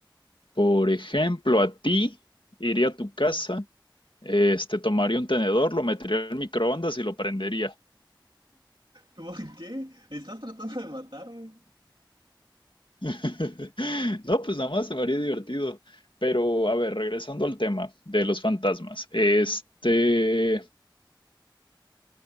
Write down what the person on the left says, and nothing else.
Por ejemplo, a ti iría a tu casa, este, tomaría un tenedor, lo metería al microondas y lo prendería.
<laughs> No, pues nada más se me haría divertido. Pero, a ver, regresando al tema de los fantasmas. Este,